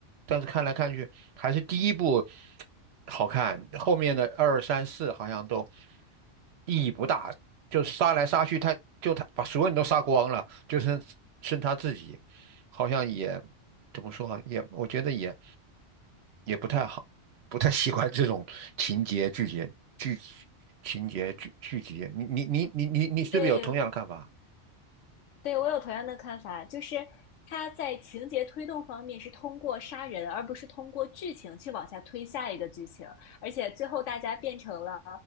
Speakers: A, on the right; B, on the left.
A: 但是看来看去还是第一部好看，后面的二三四好像都意义不大，就杀来杀去，他就他把所有人都杀光了，就剩剩他自己，好像也怎么说啊，也我觉得也也不太好，不太喜欢这种情节剧节剧情节剧剧集，你你你你你你是不是有同样的看法？
B: 对，对，我有同样的看法，就是他在情节推动方面是通过杀人，而不是通过剧情去往下推下一个剧情，而且最后大家变成了